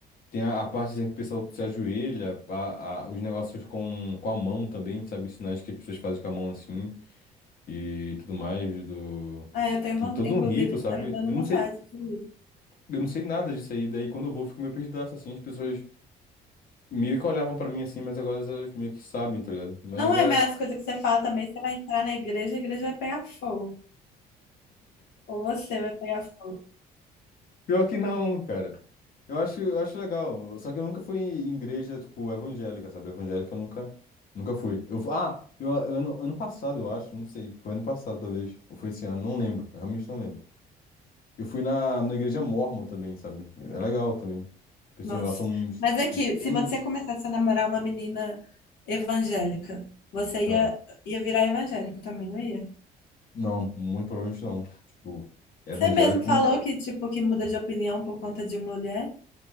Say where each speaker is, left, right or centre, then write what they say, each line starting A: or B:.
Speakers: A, on the left; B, on the left.
A: Tem a, a parte dizendo que o pessoal se ajoelha, a- a- os negócios com, com a mão também, sabe? Os Sinais que as pessoas fazem com a mão assim e tudo mais do...
B: Ah, eu tenho
A: Tem
B: vontade,
A: todo
B: inclusive,
A: um rito, sabe?
B: tá me dando
A: Eu não
B: vontade
A: sei,
B: de ir.
A: eu não sei nada disso aí, daí quando eu vou eu fico meio perdidaço assim, as pessoas meio que olhavam pra mim assim, mas agora elas meio que sabem, tá ligado? Mas
B: Não é,
A: é
B: mas as coisas que você fala também, você vai entrar na igreja, a igreja vai pegar fogo. Ou você vai pegar fogo.
A: pior que não, cara. Eu acho, eu acho legal. Só que eu nunca fui em igreja, tipo, evangélica, sabe? Evangélica eu nunca, nunca fui. Eu, fu- ah, eu, ano, ano passado, eu acho, não sei. Foi ano passado, talvez. Ou foi esse ano, não lembro. Eu realmente não lembro. Eu fui na, na igreja Mórmon também, sabe? É legal também. Pessoas
B: Nossa.
A: lá são ex-
B: Mas aqui,
A: extremamente.
B: se você começasse a namorar uma menina evangélica, você
A: Ah,
B: ia, ia virar evangélico também, não ia?
A: não, muito provavelmente não. Tipo, evangélico.
B: Você mesmo falou que, tipo, que muda de opinião por conta de mulher.